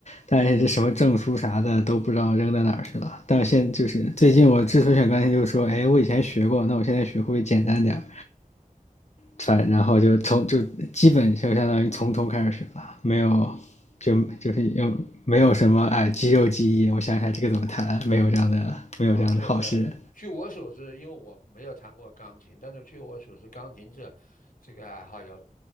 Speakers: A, on the left; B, on the left.
A: 但是这什么证书啥的都不知道扔在哪儿去了。但是现就是最近我之所以选钢琴，就是说，哎，我以前学过，那我现在学会不会简单点儿？反然后就从就基本就相当于从头开始学了，没有就就是又没有什么哎肌肉记忆，我想想这个怎么弹，没有这样的没有这样的好事。
B: 啊，对对，据我所知，因为我没有弹过钢琴，但是据我所知，钢琴这这个爱好要